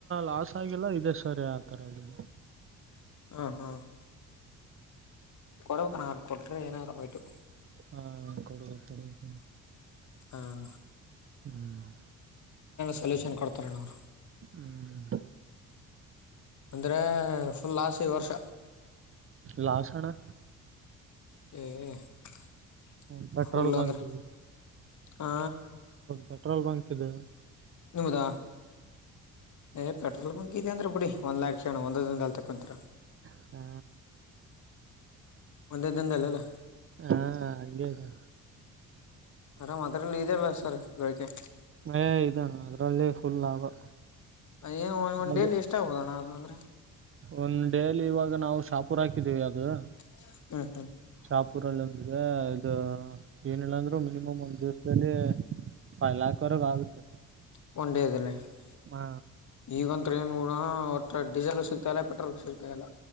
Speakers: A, on the right; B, on the left.
A: ಲಾಸ್ ಆಗಿಲ್ಲ ಇ ಸರಿ ಆತರ ಇ
B: ಹ ಹಾ ಕೊಡಬೇಕಣ್ಣ ಅವರು ಕೊಟ್ರೆ ಏನಾರುಯಟ್ಟು
A: ಹಾ ಕೊಡಬೇಕ, ಕೊಡಬೇಕ
B: ಹಾ
A: ಹ್ಮ್.
B: ಸಲ್ಯೂಷನ್. ಕೊಡ್ತಾರಣ್ಣ ಅವ್ರು
A: ಹ್ಮ್
B: ಅಂದ್ರೆ, ಫುಲ್ ಲಾಸ್ ಈ ವರ್ಷ.
A: ಲಾಸ್ ಅಣ್ಣ.
B: <unintelligible>
A: ಹ ಪೆಟ್ರೋಲ್
B: ಫುಲ್
A: ಬಂಕಗಿ.
B: ಅಂದ್ರೆ ಆ
A: ಪೆಟ್ರೋಲ್ ಬಂಕ್ ಇದ.
B: ನಿಮ್ಧಾ ಏ ಪೆಟ್ರೋಲ್. ಇದೇ ಅದ್ರೆ ಬಿಡಿ ಒನ್ ಲಾಕ್ ಶಣ ಒಂದೇ ದಿನದಲ್ಲಿ ತೆಕ್ಕೊಂತೀರಾ
A: ಹ
B: ಒಂದೇ ದಿನದಲ್ಲಿ ಅಲ್ಲ.
A: ಹ ಹಂಗೆ ಇದೆ
B: ಆರಾಮ್ ಅದ್ರಲ್ಲಿ ಇದೆಲ್ಲಾ, <unintelligible>
A: ಹೇ ಇದ ಅಣ್ಣ ಅದ್ರಲ್ಲಿ ಫುಲ್ ಲಾಭ.
B: ಅಏ ಒಂದ್
A: ಅದು
B: ಡೇಲಿ ಎಷ್ಟ ಆಗದಣ ಅದಾದ್ರೆ.
A: ಒಂದ್ ಡೇಲಿ ಇವಾಗ. ನಾವು ಶಾಪೂರ್ ಹಾಕಿದೀವಿ ಅದು.
B: <unintelligible>
A: ಶಹಾಪುರಲ್ಲಿ ಒಂದಿದೆ ಇದು ಏನಿಲ್ಲ ಅಂದ್ರರು ಮಿನಿಮಮ್ ಒಂದ್ ದಿವಸದಲ್ಲಿ ಫೈವ್ ಲ್ಯಾಕ್ ವರೆಗು ಆಗುತ್ತೆ.
B: <unintelligible>
A: ಹಾ.
B: ಈಗ ತ್ರಿ ಮುರ ಗೂಡ ಒಟ್ಟ ಡೀಸೆಲ್ ಸಿಗ್ತಾ ಇಲ್ಲ ಪೆಟ್ರೋಲ್ ಸಿತ ಇಲ್ಲ.